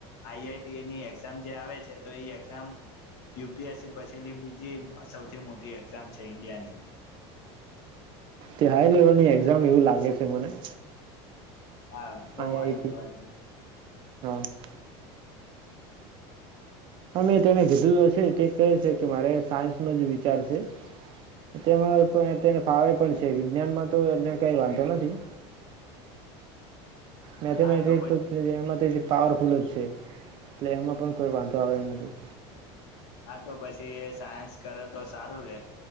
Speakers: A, on the left; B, on the right.
A: આઈઆઈટીની એક્ઝામ જે આવે છે તો એ એક્ઝામ યુપીએસસી પછીલી બીજી સૌથી મોટી એક્ઝામ છે ઈન્ડિયાની
B: તે્યાાર હાઈ લેવલની એક્ઝામવું લાગે છે તે મને
A: હા બઉ
B: આઈઆઈટી
A: હાઈ લેવલ
B: <inaudible> હ મેં તેને કીધું છે તે કહે છે કે મારે સાયન્સનોો જ વિચાર છે તેમાં તેને ફાવે પણ છે વિજ્ઞાનમાં તો એને કઈ વાંધો નથી મેથે
A: હા
B: મેથેલ
A: તો પછી
B: એ પાવરફૂલ જ છે એટલે એમાં પણ કોઈ વાંધો આવે એમ નથી.
A: હા તો પછી એ સાયન્સ કરે તો સારું રે